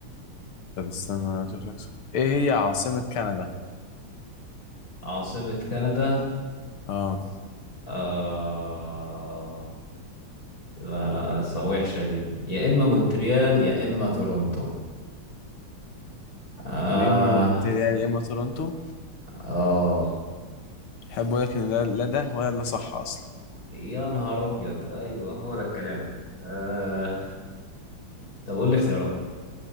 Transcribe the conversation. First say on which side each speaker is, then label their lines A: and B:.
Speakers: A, on the left; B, on the left.
A: طب استنى اشوف لك سؤال ايه هي عاصمه كندا
B: عاصمة كندا
A: اه
B: آه... لا لا س- وحشة دي يا إما مونتريال يا إما تورونتو آه
A: يا اما مونتريال يا اما تورونتو
B: آه
A: احب اقول لك ان ده لا ده ولا ده صح اصلا
B: يا نهار أبيض أيوه هو ده الكلام آه... طب قول لي اختيارات